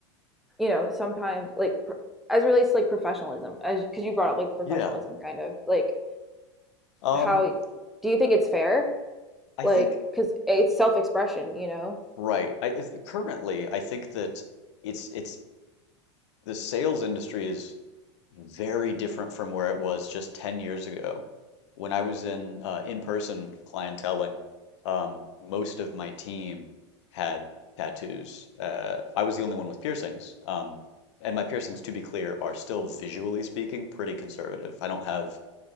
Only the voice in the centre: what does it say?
you know, sometimes like pr- as relates to like professionalism, as because you brought up like professionalism
kind of like
how do you think it's fair
Like,
because it's self expression, you know?